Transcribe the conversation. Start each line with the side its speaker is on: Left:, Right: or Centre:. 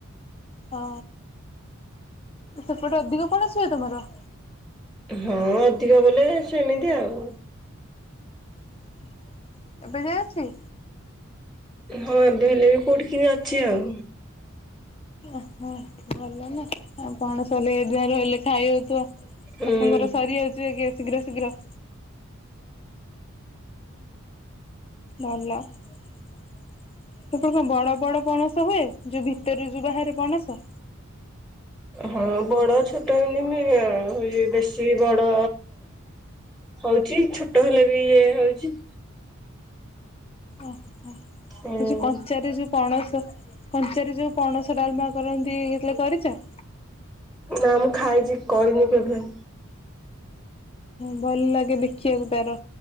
Left: ହଁ ସେପଟେ ଅଧିକ ପଣସ ହୁଅ ତମର
Centre: ହଁ ଅଧିକ ବୋଲେ ସେମିତି ଆଉ
Left: ହଁ। ଏବେ ଯାଏଁ ଅଛି
Centre: ହଁ ଏବେ ହେଲେ କୋଉଠି କେମିତି ଅଛି ଆଉ
Left: ଓହୋ ଭଲ ନା ଆଉ ପଣସ ହେଲେ ଏ ଯା ରହିଲେ ଖାଇ ହଉଥିବ।
Centre: ହୁଁ।
Left: ଲୋକଙ୍କର ସରିଯାଉଚି ଏ ଶୀଘ୍ର ଶୀଘ୍ର। ଭଲ ସେପଟେ କଣ ବଡ ବଡ ପଣସ ହୁଏ ଯୋଭି ଭିତରୁ ବାହାରେ ପଣସ
Centre: ହଁ ବଡ ଛୋଟ ହେନ ଆଉ ବେଶୀ ବଡ ହଉଛି ଛୋଟ ହେଲେ ବି ଇଏ ହଉଛି।
Left: ଓହୋ
Centre: ହୁଁ
Left: ଏ ଯୋଉ କଞ୍ଚା ବି ଯୋଉ ପଣସ କଞ୍ଚା ଯୋଉ ପଣସ ଡାଲମା କରନ୍ତି ହେଲେ କରିଚ଼?
Centre: ନା ମୁଁ ଖାଇଚି କରିନି କେବେ।
Left: ଭଲ ଲାଗେ ଦେଖିବାକୁ ତାର